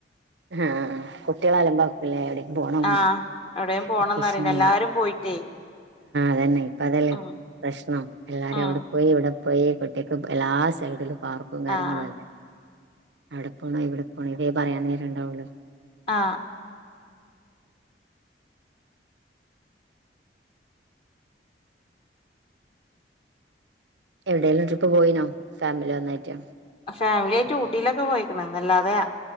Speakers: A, on the right; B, on the left.
A: ഹാ കുട്ട്യളലാംബകുലേ എവിടേം പോണം
B: ആഹ് എവിടെയും പോണംന്ന്
A: വെക്കേഷൻ
B: പറയ്ണ്ട് എല്ലാരും
A: ൽ
B: പോയിട്ടേ
A: അതന്നെ ഇപ്പതല്ലേ
B: ഉം
A: പ്രശ്നം എല്ലാരും
B: ഉം
A: അവിടെ പോയി ഇവടെ പ്പ ഈ കുട്ട്യേക്ക് എല്ലാ സൈഡിലും പാർക്കും കാര്യങ്ങളു
B: ആഹ്
A: അല്ലെ അവടെ പോണം ഇവടെ പോണം ഇതേ പറയാൻ നേരണ്ടാവള്ളു
B: ആ
A: എവിടെലുംട്രിപ്പ് പോയിനോ ഫാമിലി ഒന്നായിട്ട്
B: ഫാമിലി ആയിട്ട് ഊട്ടിയിലൊക്കെ പോയിക്ക്‌ണ്ന്നല്ലാതെ